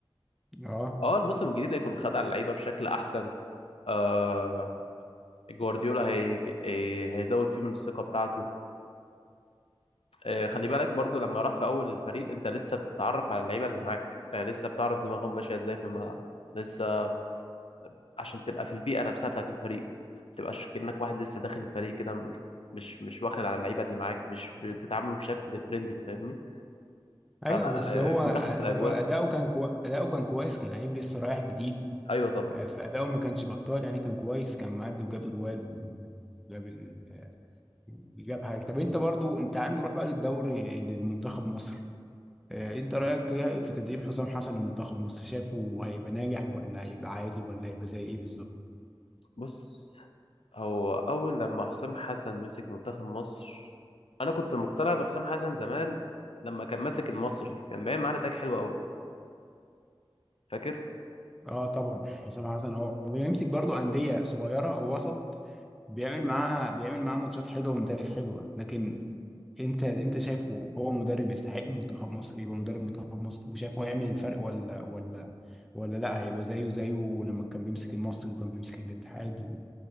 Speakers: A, in the centre; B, on the left (about 85°).
A: اه
B: اه الموسم الجديد هيكون خد على اللعيبة بشكل أحسن آه جوارديولا هي... هي- هيزود فيه من الثقة بتاعته آه خلي بالك برضو لما راح في أول الفريق أنت لسه بتتعرف على اللعيبة اللي معاك آه لسه بتعرف دماغهم ماشية إزاي في الملعب لسه عشان تبقى في البيئه نفسها بتاعت الفريق ما تبقاش كأنك واحد لسه داخل الفريق كده م- مش مش واخد على اللعيبه اللي معاك مش بتتعاملوا بشكل فريندلي فاهمني فلا
A: ايوه بس
B: آه،
A: هو
B: يكون داخل في الاجواء
A: هو اداؤه كان كو... اداؤه كان كويس كلاعب لسه رايح جديد
B: ايوه طبعا
A: آه، في أداؤه ما كانش بطال يعني كان كويس كان معدي وجاب أجوال وجاب ال... آه، جاب حاجة طب أنت برضو أنت عنده روح بقى للدوري للمنتخب مصر آه، أنت رأيك إيه في تدريب حسام حسن لمنتخب مصر شافه هيبقى ناجح ولا هيبقى عادي ولا هيبقى زي إيه بالظبط؟
B: بص هو اول لما حسام حسن مسك منتخب مصر انا كنت مقتنع بحسام حسن زمان لما كان ماسك المصري كان باين معانا تاج حلو قوي فاكر
A: أه طبعا حسام حسن هو هو بيمسك برضو أندية صغيرة أو وسط بيعمل معاه بيعمل معاه ماتشات حلوة ونتائج حلوة لكن انت انت شايفه هو مدرب يستحق منتخب مصر يبقى مدرب منتخب مصر وشايفه هيعمل الفرق ولا ولا ولا لا هيبقى زيه زيه لما كان بيمسك المصري وكان بيمسك الاتحاد و...